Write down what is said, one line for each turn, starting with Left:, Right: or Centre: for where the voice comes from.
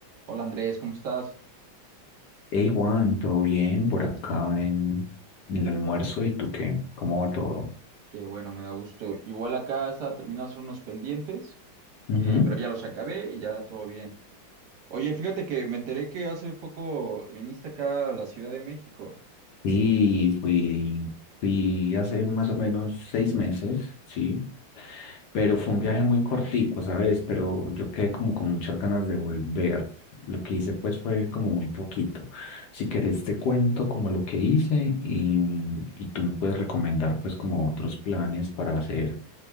Right: Hola Andrés, ¿cómo estás?
Left: Hey Juan, ¿todo bien por acá en, el almuerzo? ¿Y tú qué? ¿Cómo va todo?
Right: Qué bueno, me da gusto. Igual acá estaba terminando de hacer unos pendientes,
Left: Ujú.
Right: eh, pero ya los acabé y ya todo bien. Oye, fíjate que me enteré que hace poco viniste acá a la Ciudad de México.
Left: Sí, fui, fui hace más o menos seis meses, sí, Pero fue un viaje muy cortico, ¿sabes? Pero yo quedé como con muchas ganas de volver. Lo que hice pues fue como muy poquito. Si querés te cuento como lo que hice y, y tú me puedes recomendar pues como otros planes para hacer,